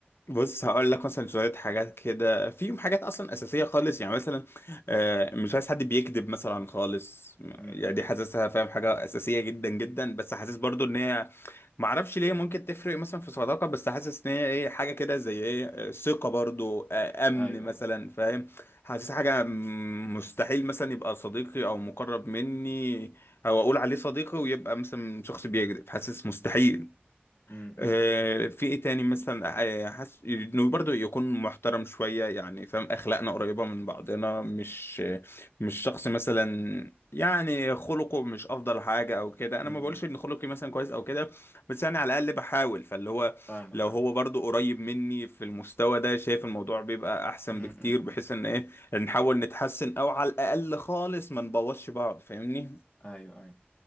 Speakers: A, on the left (about 75°); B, on the left (about 35°).
A: بص هقول لك مثلا شويه حاجات كده فيهم حاجات اصلا اساسيه خالص يعني مثلا آه، مش عايز حد بيكذب مثلا خالص
B: امم
A: يعني دي حاسسها فاهم حاجه اساسيه جدا جدا بس حاسس برضو ان هي ما اعرفش ليه ممكن تفرق مثلا في صداقه بس حاسس ان هي ايه حاجه كده زي ايه آه، ثقه برضو آه، امن
B: ايوه
A: مثلا
B: ايوه
A: فاهم حاسس حاجه م- مستحيل مثلا يبقى صديقي او مقرب مني او اقول عليه صديقي ويبقى مثلا شخص بيكذب حاسس مستحيل
B: امم
A: آه، في ايه تاني مثلا آه، حاسس انه برضه يكون محترم شويه يعني فاهم اخلاقنا قريبه من بعضنا مش آه، مش شخص مثلا يعني خلقه مش افضل حاجه او كده
B: امم
A: انا ما بقولش ان خلقي مثلا كويس او كده بس يعني على الاقل بحاول فاللي هو
B: فاهمك
A: لو
B: فاهم
A: هو برضه قريب مني في المستوى ده شايف الموضوع بيبقى احسن
B: امم
A: بكتير بحيث ان ايه نحاول نتحسن او على الاقل خالص ما نبوظش بعض فاهمني
B: ايوه ايوه